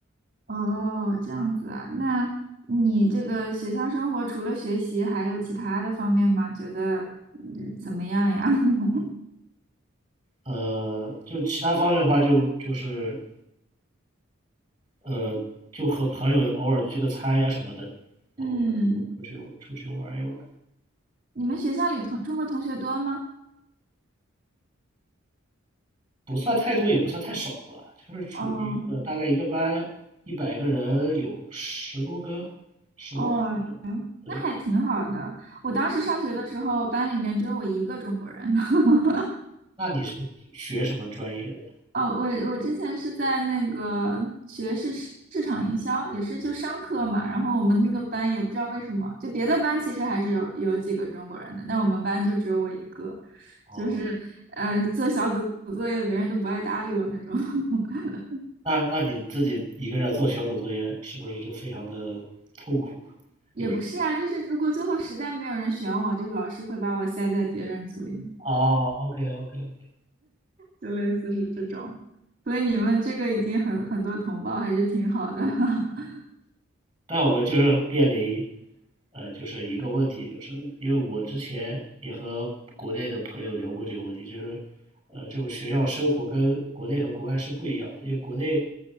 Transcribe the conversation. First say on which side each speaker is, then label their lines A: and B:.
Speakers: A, on the right; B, on the right.
A: 哦，这样子啊，那你这个学校生活除了学习，还有其他的方面吗？觉得，嗯怎么样呀？<laughs>
B: 呃，就其他方面的话就，就是呃，就和朋友偶尔聚个餐呀什么的，然后
A: 嗯，
B: 出去出去玩一玩。
A: 你们学校里同中国同学多吗？
B: 不算太多，也不算太少吧，就是处于一个大概一个班一百个人，
A: 哦
B: 有十多个，十多二十个。
A: 哦，
B: 对，
A: 那还挺好的。我当时上学的时候，班里面只有我一个中国人。<laughs>
B: 那你是学什么专业的呀？
A: 哦，我我之前是在那个学市市场营销，也是就商科嘛。然后我们那个班也不知道为什么，就别的班其实还是有有几个中国人的，但我们班就只有我一个，
B: 哦，
A: 就是嗯、呃，做小组作业别人都不爱搭理我那种。<laughs>
B: 那那你自己一个人做小组作业，是不是就非常的痛苦？
A: 也不是啊，
B: 有
A: 就是如果最后实在没有人选我，就是老师会把我塞在别人组里面。
B: 哦，OK OK OK。
A: 就类似是这种。所以你们这个已经很很多同胞还是挺好的。<laughs>
B: 但我们就是面临，呃，就是一个问题，就是因为我之前也和国内的朋友聊过这个问题，就是，呃，就种学校生活跟国内和国外是不一样的，因为国内